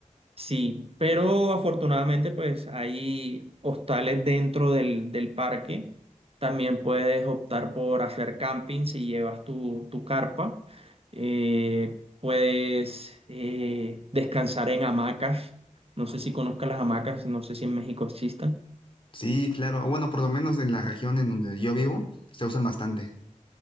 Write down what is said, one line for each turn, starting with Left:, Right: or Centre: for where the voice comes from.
Right: Sí, pero afortunadamente pues hay hostales dentro del, del parque. También puedes optar por hacer camping si llevas tu, tu carpa. Eh, puedes eh, descansar en hamacas. No sé si conozcas las hamacas, no sé si en México existan.
Left: Sí, claro. Bueno, por lo menos en la región en donde yo vivo, se usan bastante.